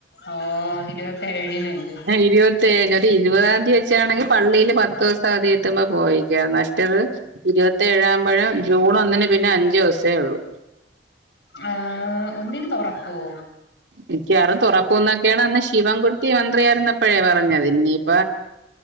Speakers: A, on the left; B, on the right.
A: ഓ ഇരുവത്തെഴുനല്ലേ
B: ഇരുപത്തേഴിന് ഇരുപതാം തീയതി വച്ചാണെങ്കി പള്ളീല് പത്തീസം അതി എത്തുമ്പോ പോയിക്ക മറ്റത് ഇരുപത്തേഴാവുമ്പഴെ ജൂൺ ഒന്നിന് പിന്നെ അഞ്ച്ചൂസേ ഉള്ളു
A: ആ ഒന്നിനു തൊറക്കുവോ
B: മിക്കവാറും തൊറക് തൊറക്കൂന്നൊക്കെയാണ് അന്ന് ശിവൻകുട്ടി മന്ത്രിയായിരുന്നപ്പോഴേ പറഞ്ഞത് ഇനിയിപ്പ